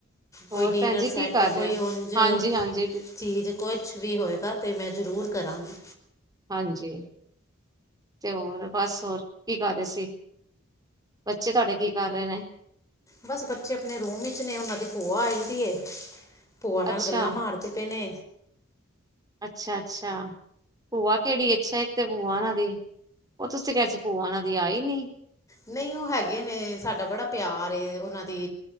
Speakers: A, on the right (about 20°); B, on the left (about 15°).
A: ਹੋਰ
B: ਕੋਈ ਡਿਨਰ
A: ਭੈਣ ਜੀ ਕੀ
B: ਸੈੱਟ
A: ਕਰ ਰਿਹਾ
B: ਕੋਈ ਉਂਝ
A: ਹਾਂਜੀ ਹਾਂਜੀ
B: ਚੀਜ਼ ਕੁਛ ਵੀ ਹੋਏਗਾ ਤੇ ਮੈਂ ਜ਼ਰੂਰ ਕਰਾਂਗੀ
A: ਹਾਂਜੀ ਤੇ ਹੋਰ ਬਸ ਹੋਰ ਕੀ ਕਰ ਰਹੇ ਸੀ ਬੱਚੇ ਤੁਹਾਡੇ ਕੀ ਕਰ ਰਹੇ ਨੇ
B: ਬਸ ਬੱਚੇ ਆਪਣੇ ਰੂਮ ਵਿੱਚ ਨੇ ਉਹਨਾਂ ਦੀ ਭੂਆ ਆਈ ਦੀ ਏ ਭੂਆ ਨਾਲ
A: ਅੱਛਾ
B: ਗੱਲਾਂ ਮਾਰਦੇ ਪਏ ਨੇ
A: ਅੱਛਾ ਅੱਛਾ ਭੂਆ ਕਿਹੜੀ ਅੱਛਾ ਇੱਕ ਤੇ ਭੂਆ ਉਹਨਾਂ ਦੀ ਉਹ ਤੁਸੀ ਤੇ ਕਹਿ ਰਹੇ ਸੀ ਭੂਆ ਉਨਾ ਦੀ ਆਈ ਨੀ
B: ਨਹੀਂ ਉਹ ਹੈਗੇ ਨੇ ਸਾਡਾ ਬੜਾ ਪਿਆਰ ਏ ਉਹਨਾਂ ਦੀ